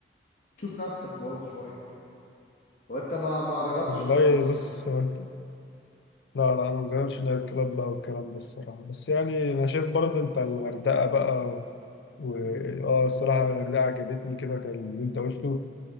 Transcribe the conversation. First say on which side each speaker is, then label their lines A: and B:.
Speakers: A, on the left; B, on the left.
A: تشوف نفسك برضه شويه وانت ما ما جربتش
B: والله
A: الحوار ده قبل كده
B: بص هو انت لا لا انا مجربتش نايت كلاب بقى والكلام ده الصراحه بس يعني انا شايف برضه انت الغردقه بقى و...
A: امم
B: اه الصراحه الغردقه عجبتني كده كان اللي انت قلته